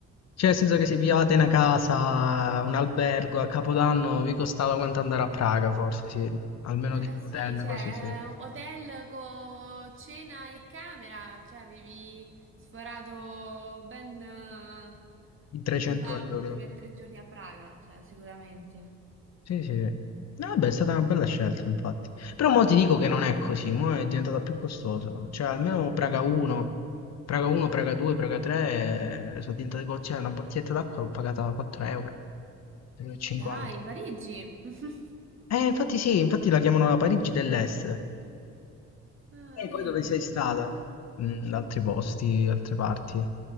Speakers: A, on the left; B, on the right.
A: Cioè, nel senso che se pigliavate una casa, un albergo a Capodanno, vi costava quanto andare a Praga, forse, sì. Almeno
B: Eh
A: di
B: eh,
A: un
B: sì,
A: hotel,
B: cioè,
A: cose sì.
B: eh, hotel con cena e camera, cioè avevi sforato ben eh,
A: di 300
B: il budget
A: euro.
B: per tre giorni a Praga, cioè sicuramente.
A: Sì, sì. No, Vabbè, è stata una bella scelta, infatti. Però mo ti dico che non è così, mo è diventata più costosa. Cioè, almeno Praga 1, Praga 1, Praga 2, Praga 3, eh, sono diventate co- cioè, una bottiglietta d'acqua l'ho pagata 4 euro, 3,50.
B: Dai, Parigi. <laughs>
A: Eh, infatti sì, infatti la chiamano la Parigi dell'Est.
B: Ah,
A: E poi
B: vedi.
A: dove sei stata? Mm, altri posti, altre parti.